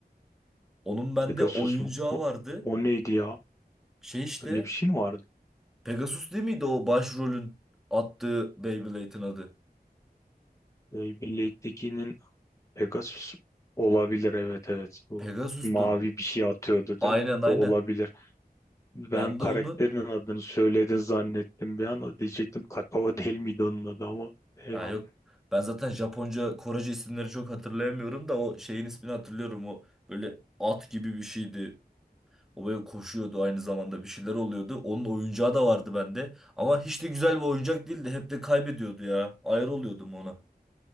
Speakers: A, in the centre; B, on the left.
A: Onun bende
B: Pegasus
A: oyuncağı
B: mu? O,
A: vardı.
B: o neydi ya?
A: Şey işte
B: Öyle bir şey mi vardı?
A: Pegasus değil miydi o başrolün attığı Beyblade'in adı?
B: Beyblade'dekinin Pegasus olabilir. Evet evet. Bu
A: Pegasus'tu.
B: mavi bir şey atıyordu
A: Aynen
B: değil mi?
A: aynen.
B: Da olabilir. Ben
A: Ben
B: karakterin
A: de onun.
B: adını söyledin zannettim bir an. Diyecektim kakao değil miydi onun adı ama eyvallah.
A: Ha yok. Ben zaten Japonca, Korece isimleri çok hatırlayamıyorum da o şeyin ismini hatırlıyorum. O böyle at gibi bir şeydi. O böyle koşuyordu aynı zamanda bir şeyler oluyordu. Onun oyuncağı da vardı bende. Ama hiç de güzel bir oyuncak değildi. Hep de kaybediyordu ya. Ayar oluyordum ona.